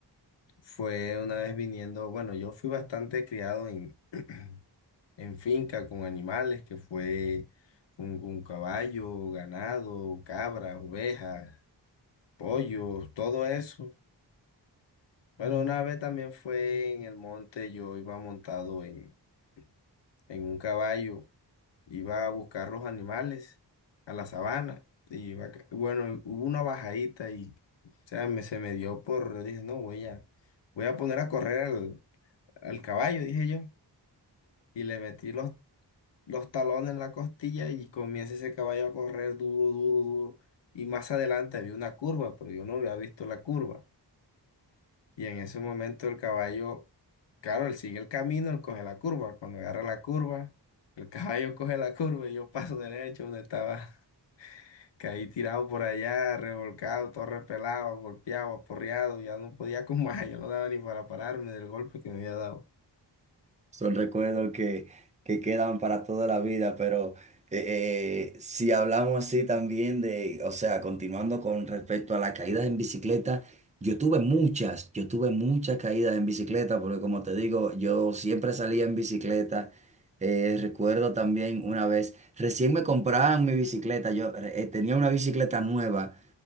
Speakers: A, on the left (about 90°); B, on the right (about 15°).
A: fue una vez viniendo, bueno, yo fui bastante criado en, <clears throat> en finca con animales, que fue un, un caballo, ganado, cabras, ovejas, pollos, todo eso. Bueno, una vez también fue en el monte, yo iba montado en en un caballo, iba a buscar los animales a la sabana. Y iba ca- bueno, hubo una bajadita y o sea, me, se me dio por, yo dije, no, voy a, voy a poner a correr al, al caballo, dije yo. Y le metí los, los talones en la costilla y comienza ese caballo a correr duro, duro, duro. Y más adelante había una curva, pero yo no había visto la curva. Y en ese momento el caballo, claro, él sigue el camino, él coge la curva. Cuando agarra la curva, el <laughs> caballo coge la curva y yo paso derecho donde estaba. <laughs> Caí tirado por allá, revolcado, todo repelado, golpeado, aporreado. Ya no podía con más, yo no daba ni para pararme del golpe que me había dado.
B: Son recuerdos que, que quedan para toda la vida, pero eh, eh, si hablamos así también de, o sea, continuando con respecto a las caídas en bicicleta, yo tuve muchas, yo tuve muchas caídas en bicicleta, porque como te digo, yo siempre salía en bicicleta. Eh, recuerdo también una vez, recién me compraban mi bicicleta, yo eh, tenía una bicicleta nueva